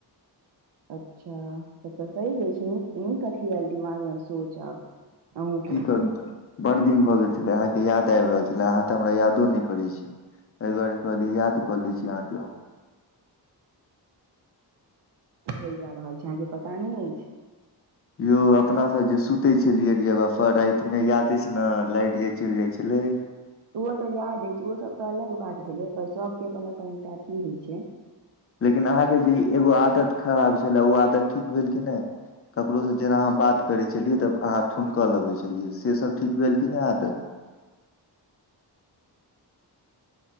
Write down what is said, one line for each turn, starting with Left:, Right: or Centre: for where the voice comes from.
Right: अच्छा तब तऽ सही अछि नीक नीक अथी आयल दिमाग में सोच आब अहूँके
Left: की करूँ त बड़ दिन भ गेल छलै अहाँके याद आब रहल छलै अहाँ त हमरा यादो नहि करै छी एहि दुआरे कहलियै याद क ले छी अहाँके हम
Right: भेल जा रहल छै अहाँ के पता नहि अछि
Left: यौ अपना सब जे सुतै छली एक जगह पर राति मे यादे छै ने लाइट जे चलि जाय छले
Right: ओ तऽ याद अछि छै ओ सब तऽ अलग बात भेलै पर सब के अपन अपन एकटा अथी होई छै
Left: लेकिन अहाँके जे एगो आदत खराब छलए ओ आदत ठीक भेल कि नहि ककरो से जेना हम बात करै छी छलियै तब अहाँ ठूनकऽ लबै छलियै से सब ठीक भेल कि नहि आदत